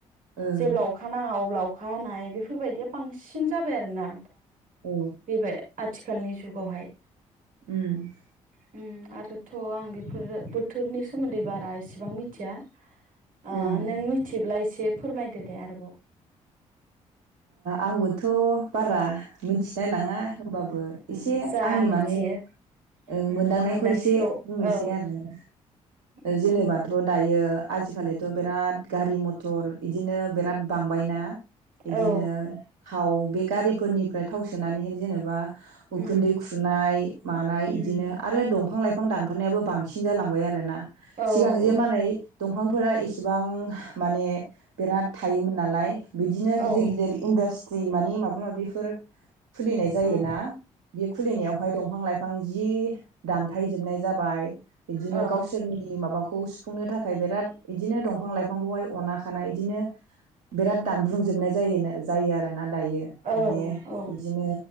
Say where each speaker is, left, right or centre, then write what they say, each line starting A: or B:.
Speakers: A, on the right (about 70°); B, on the right (about 55°).
A: ओं
B: जेब्ला अखा नाङा अब्ला अखा हानाय बेफोरबायदिया बांसिन जाबाय आरोना।
A: औ
B: <unintelligible> आथिखालनि जुगावहाय
A: उम
B: उम आरो <unintelligible> आं बेफोर बोथोरनि सोमोन्दै बारा इसेबां मिथिया। ओ
A: ओं
B: नों मिथिब्ला इसे दे फोरमायदो दे आरोबाव।
A: आंबोथ बारा मिथिनाय
B: उम
A: लाङा होनोमबाबो एसे
B: उम जा
A: आंनि
B: मिथियो
A: माने ओ
B: ओं
A: मोनदांनायखौ
B: मोनदांथिखौ
A: एसे बुंसै
B: औ
A: आरो ना
B: उम
A: जेनेबाथ दायो आजिखालिथ बिराद गारि मथर बिदिनो बिराद बांबायना। बिदिनो
B: औ
A: थाव बे गारिफोरनिफ्राय थाव सोनानैहाय जेनेबा उखुन्दै
B: उम
A: खुनाय मानाय
B: उम
A: बिदिनो आरो दंफां लाइफां बिफां दानफनायाबो बांसिन जालांबाय आरो ना।
B: औ औ
A: सिगां जेमानै दंफांफोरा इसेबां माने बिराद थायोमोन नालाय गिदिर-गिदिर
B: औ
A: इन्द्रास्रि माने माबा माबिफोर खुलिनाय जायोना
B: उम
A: बे खुलिनायावहाय दंफां लाइफां जि दानथायजोबनाय जाबाय। बिदिनो
B: औ
A: गावसोरनि माबाखौ खौ सुुफुंनो थाखाय बिराद इदिनो दंफां लाइफांखौहाय अना खानाय इदिनो बिराद दानब्रुंजोबनाय बेनो जायो आरो ना दायो
B: औ
A: माने
B: औ
A: इदिनो